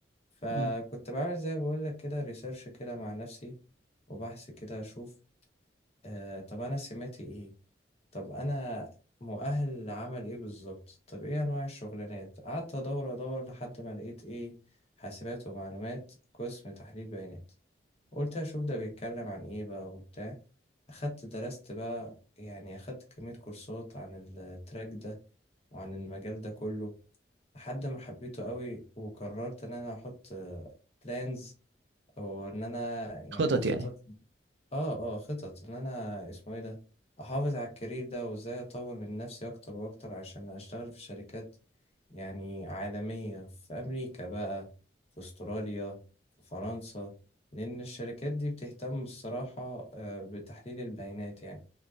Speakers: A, on the left; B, on the right.
A: فكنت
B: مم.
A: بعمل زي ما بقولك كده ريسيرش كده مع نفسي وبحث كده أشوف آه طب انا سماتي ايه طب انا مؤهل لعمل ايه بالظبط طب ايه انواع الشغلانات قعدت ادور ادور لحد ما لقيت ايه حاسبات ومعلومات قسم تحليل بيانات قلت اشوف ده بيتكلم عن ايه بقى وبتاع اخدت درست بقى يعني اخدت كمية كورسات عن التراك ده وعن المجال ده كله لحد ما حبيته قوي وقررت ان انا احط بلانز او ان انا يعني
B: خطط
A: خطط
B: يعني
A: اه اه خطط ان انا اسمه ايه ده احافظ على الكارير ده وازاي اطور من نفسي اكتر واكتر عشان اشتغل في شركات يعني عالمية في امريكا بقى في استراليا في فرنسا لان الشركات دي بتهتم الصراحة آه، بتحليل البيانات يعني